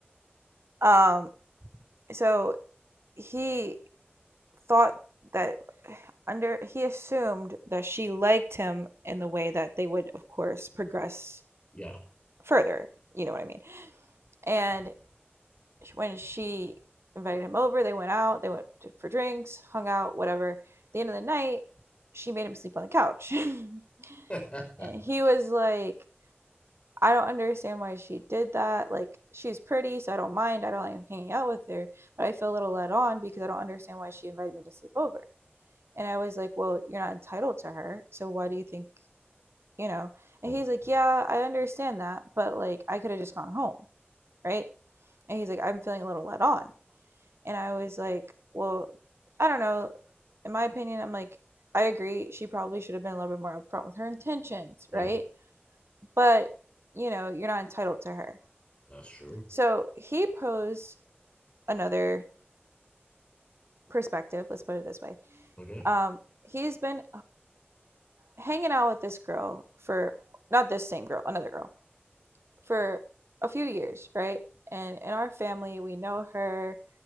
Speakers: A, on the right; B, on the left.
A: um so he thought that <sighs> under he assumed that she liked him in the way that they would of course progress
B: Yeah.
A: further you know what i mean and when she invited him over they went out they went to, for drinks hung out whatever At the end of the night she made him sleep on the couch <laughs> and
B: <laughs>
A: he was like i don't understand why she did that like she's pretty so i don't mind i don't like hanging out with her but i feel a little let on because i don't understand why she invited me to sleep over And I was like, well, you're not entitled to her. So why do you think, you know? And
B: Okay.
A: he's like, yeah, I understand that, but like I could have just gone home, right? And he's like, I'm feeling a little let on. And I was like, well, I don't know. In my opinion, I'm like, I agree. She probably should have been a little bit more upfront with her intentions,
B: Yeah,
A: right? But, you know, you're not entitled to her.
B: that's true.
A: So he posed another perspective, let's put it this way.
B: Okay.
A: Um, he's been hanging out with this girl for not this same girl, another girl for a few years, right? And in our family, we know her